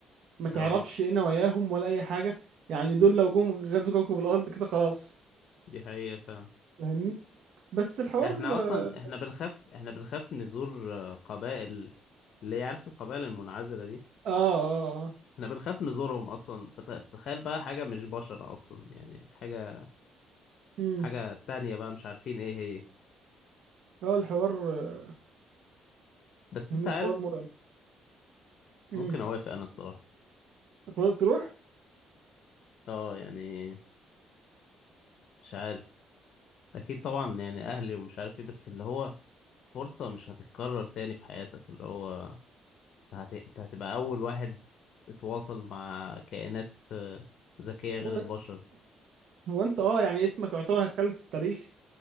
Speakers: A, on the right; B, on the left.
A: ما تعرفش
B: اه
A: ايه نواياهم ولا اي حاجة يعني دول لو جم غزوا كوكب الارض كده خلاص
B: دي حقيقة فعلا
A: فهمني بس الحوار
B: احنا اصلا
A: اه
B: احنا بنخاف احنا بنخاف نزور آه، قبائل اللي يعرف القبائل المنعزلة دي
A: اه اه
B: احنا بنخاف نزورهم اصلا فتخيل بقى حاجة مش بشر اصلا يعني حاجة
A: امم
B: حاجة تانية بقى مش عارفين ايه هي
A: هو الحوار آه،
B: بس
A: فهمني
B: انت عارف
A: حوار مرعب امم
B: ممكن اوافق انا الصراحة
A: هتقدر تروح
B: اه يعني مش عارف اكيد طبعا يعني اهلي ومش عارف ايه بس اللي هو فرصة مش هتتكرر تاني في حياتك اللي هو هت... انت هتبقى اول واحد اتواصل مع كائنات آه، ذكية غير
A: هو
B: البشر
A: هو انت اه يعني اسمك يعتبر هيتخلد في التاريخ